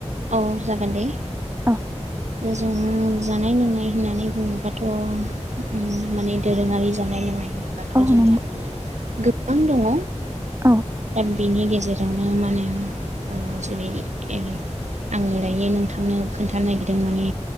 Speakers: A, on the right; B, on the right.
A: औ जागोन दे।
B: औ
A: जों जानाय लोंनाय होननानै बुङोबाथ' ओ माने दोरोङारि जानाय लोंनाय होनोबाथ'
B: औ
A: जोंहा
B: नंगौ
A: माने गोबां दङ।
B: औ।
A: दा बिनि गेजेरावनो माने ओ जेरै एरै आङो दायो नोंथांनो खोन्थानो नागिरदों माने